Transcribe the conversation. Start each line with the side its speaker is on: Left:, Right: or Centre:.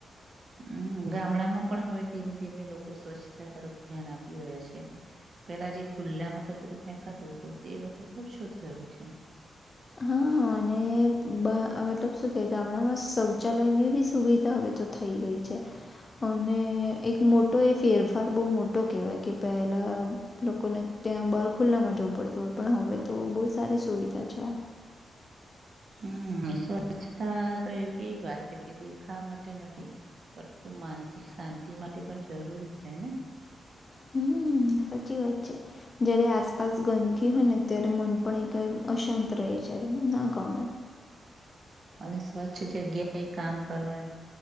Right: હમ ગામડામાં પણ હવે ધીમે ધીમે લોકો સ્વચ્છતા તરફ ધ્યાન આપી રહ્યા છે પેલા જે ખુલ્લામાં કચરો ફેંકાતો હતો તે ઓછો થયો છે
Left: હા અને બ મતલબ શું કહે ગામડામાં શૌચાલયની બી સુવિધા હવે તો થઈ ગઈ છે છે અને એક મોટો એ ફેરફાર બહુ મોટો કહેવાય કે પહેલા લોકોને ત્યાં બર ખુલ્લામાં જવું પડત હોય પણ હવે તો બહુ સારી સુવિધા છે આ
Right: હમ શું તા તો એવી વાત છે કે દેખાવા માટે નથી પરંતુ માનસિક શાંતિ માટે પણ જરૂરી છે ને
Left: હમ સાચી વાત છે જ્યારે આસપાસ ગંદકી હોય ને ત્યારે મન પણ એકદમ અશાંત રહે છે ના ગમે
Right: અને સ્વચ્છ જગ્યા એ કામ કરવા